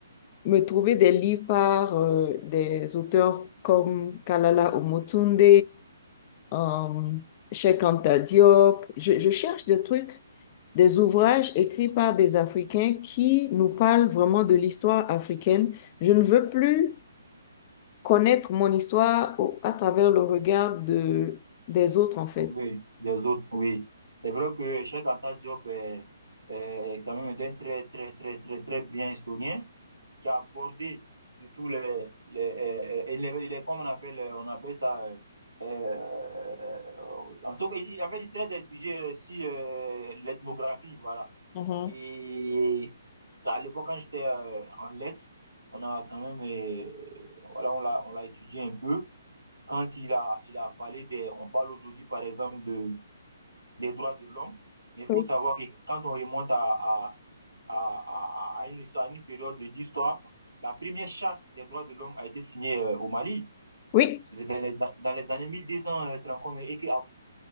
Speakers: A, on the left (about 30°); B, on the right (about 85°).
A: me trouver des livres par euh, des auteurs comme Kalala Omotunde, euh, Cheikh Anta Diop. Je, je cherche des trucs, des ouvrages écrits par des Africains qui nous parlent vraiment de l'histoire africaine. Je ne veux plus connaître mon histoire au- à travers le regard de, des autres, en fait.
B: Oui, des autres, oui. C'est vrai que Cheikh Anta Diop est, est quand même un très, très, très, très, très brillant historien qui a abordé tous les, les, euh, euh, il est, il est comme on appelle, euh, on appelle ça, euh, euh, en tout cas, il, il- en il traite des sujets sur euh, l'ethnographie, voilà.
A: Mhm.
B: Et à l'époque, quand j'étais euh, en lettres, on a quand même, euh, voilà, on l'a, on l'a étudié un peu. Quand il a, il a parlé des, on parle aujourd'hui, par exemple, de des droits de l'homme. Mais il
A: Oui,
B: faut savoir que quand on remonte à, à, à, à une, histoire, à une période de l'histoire, la première charte des droits de l'homme a été signée euh, au Mali
A: oui,
B: dans les, dans les années 1230 et que à